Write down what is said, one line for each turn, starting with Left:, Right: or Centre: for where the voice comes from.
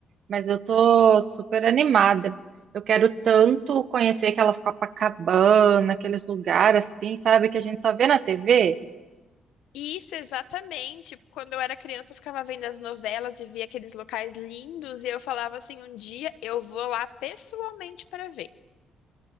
Right: Mas eu tô super animada. Eu quero tanto conhecer aquelas Copacabana, aqueles lugares assim, sabe, que a gente só vê na TV.
Left: Isso, exatamente. Quando eu era criança, eu ficava vendo as novelas e via aqueles locais lindos, e eu falava assim: um dia eu vou lá pessoalmente para ver.